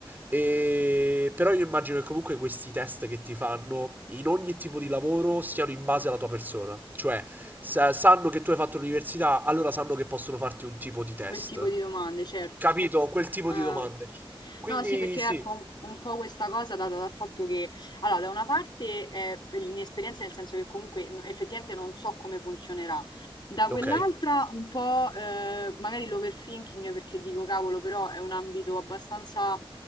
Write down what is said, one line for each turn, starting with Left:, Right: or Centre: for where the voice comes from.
Right: E... Però io immagino che comunque questi test che ti fanno in ogni tipo di lavoro siano in base alla tua persona. Cioè, sa- sanno che tu hai fatto l'università, allora sanno che possono farti un tipo di test.
Left: Quel tipo di domande, certo.
Right: Capito? Quel tipo
Left: Ah.
Right: di domande. Quindi
Left: No, sì, perché
Right: sì.
Left: ecco, un, un po' questa cosa data dal fatto che, allora, da una parte è per l'inesperienza, nel senso che comunque no- effettivamente non so come funzionerà, da
Right: Ok,
Left: quell'altra un po' eh, magari l'overthinking, perché dico, cavolo, però è un ambito abbastanza